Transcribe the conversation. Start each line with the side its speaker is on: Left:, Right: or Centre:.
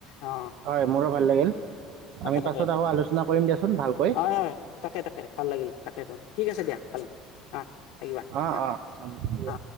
Left: অ
Right: হয় মোৰো ভাল লাগিল।
Left: তাকে
Right: আমি
Left: তাকে
Right: পাছত আকৌ আলোচনা কৰিম দিয়াচোন ভালকৈ
Left: হয় হয় তাকে তাকে ভাল লাগিল তাকেতেতো ঠিক আছে দিয়া ভাল অ থাকিবা
Right: অঁ
Left: হা
Right: অঁ হ'ব
Left: অ।